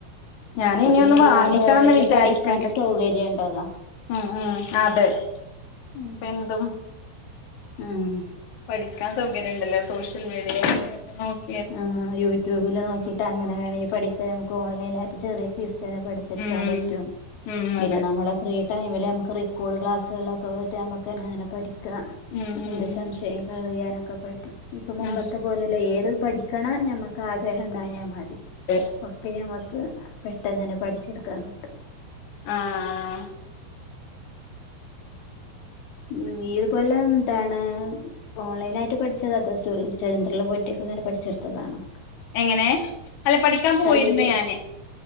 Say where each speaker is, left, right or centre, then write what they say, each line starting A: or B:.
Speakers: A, on the left; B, on the left.
A: ഞാനി
B: ഇപ്പൊ
A: ഇനി
B: പിന്നെ
A: ഒന്ന്
B: എല്ലാതും
A: വാങ്ങിക്കണംന്ന്
B: ഓൺലൈനിൽ
A: വിചാരിക്ക്ണ്ട്
B: പഠിക്കാൻ സൗകര്യം ഉണ്ടല്ലോ
A: അഹ് അഹ് അതെ
B: ഉം
A: ഇപ്പെന്തും
B: ആഹ്
A: പഠിക്കാൻ സൗകര്യണ്ടല്ലോ സോഷ്യൽ മീഡിയയിലൊക്കെ നോക്കി
B: ആഹ് യൂട്യൂബിൽ നോക്കിട്ട്അങ്ങനെവേണെങ്കി പഠിക്ക നമുക്ക് ഓൺലൈനായിട്ട് ചെറിയെ ഫീസ് തെന്നെ പഠിച്ചെടുക്കാൻ
A: ഉം
B: പറ്റും
A: ഉം
B: പിന്നെ
A: അതെ
B: ന്നമ്മളെ ഫ്രീ ട്ടയ്മില് നമുക്ക് റിക്കോർഡ് ക്ലാസ്സുകളിലൊക്കെ പോയ്‌റ്റ് ന മ്മക്കെന്നെ അങ്ങനെ പഠിക്കാം
A: ഉം ഉം
B: എന്ത് ഷംശയം ക്ലിയറെയാനൊക്കെ പറ്റും ഇപ്പ മുമ്പെത്തെ
A: ആഹ്
B: പോലെയല്ല ഏത് പഠിക്കണ ഞമ്മക്ക് ആഗ്രഹം ഇണ്ടായാൽ മതി.
A: <unintelligible>
B: ഒക്കെ, നമ്മക്ക് പെട്ടെന്ന് തന്നെ പഠിച്ചെടുക്കാൻ കിട്ടും.
A: ആഹ്, ആഹ്
B: ഉം, ഇയ്യ് ഇതുപോലെ എന്താണ് ഓൺലൈനായിട്ട് പഠിച്ചത അതൊ സ്റ്റൂരി ചന്ദ്രനിൽ പോയിട്ടൊക്കെ ഇങ്ങനെ പഠിച്ചെടുത്തതാണ്.
A: എങ്ങനെ, അല്ല പഠിക്കാൻ പോയിര്ന്നു
B: തയ്യല്
A: ഞാന്.